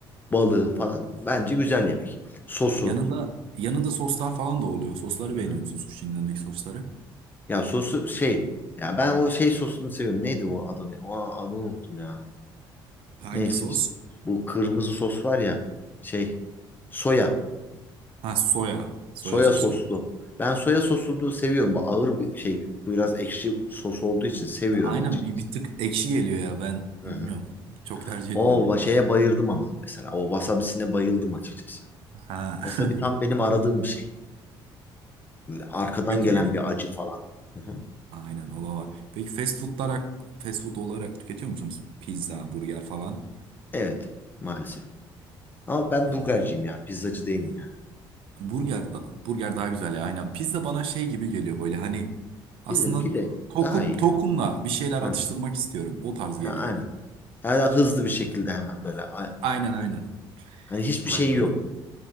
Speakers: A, on the left; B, on the right.
A: balığı falan bence güzel yemek. Sosu.
B: Yanında yanında soslar falan da oluyor. Sosları
A: Hı
B: beğeniyor
A: hı.
B: musun sushi'nin yanındaki sosları?
A: Ya sosu şey. Ya ben o şey sosunu seviyorum. Neydi o adını? O adını unuttum ya.
B: Hangi
A: Neyse
B: sos?
A: işte. Bu kırmızı sos var ya. Şey. Soya.
B: Ha soya. Soya
A: Soya
B: sosu.
A: soslu. Ben soya sosunu seviyorum. Bu ağır bir şey. bu Biraz ekşi sos olduğu için seviyorum
B: Aynen
A: açıkçası.
B: bir, bir tık ekşi geliyor ya ben
A: Hı
B: bilmiyorum.
A: hı.
B: Çok tercih etmiyorum
A: O va- şeye
B: bunu.
A: bayıldım ama mesela. O wasabisine bayıldım açıkçası.
B: Ha.
A: Wasabi
B: <laughs>
A: tam benim aradığım bir şey. Arkadan
B: Peki
A: gelen bir acı falan. Hı hı.
B: aynen o da var. Peki fast foodlar hak- fast food olarak tüketiyor musunuz? Pizza, burger falan.
A: Evet. Maalesef. Ama ben
B: Ya
A: burgerciyim ya. Pizzacı değilim yani.
B: burger da, burger daha güzel ya aynen. Pizza bana şey gibi geliyor böyle hani aslında
A: Bizim pide
B: tokum
A: daha iyi
B: tokumla
A: ya.
B: bir şeyler atıştırmak
A: Evet.
B: istiyorum. O tarz geliyor.
A: Ha, aynen. Yani daha hızlı bir şekilde hemen böyle. A-
B: Aynen aynen.
A: Hani hiçbir
B: Olay
A: şeyi
B: tam
A: yok.
B: da.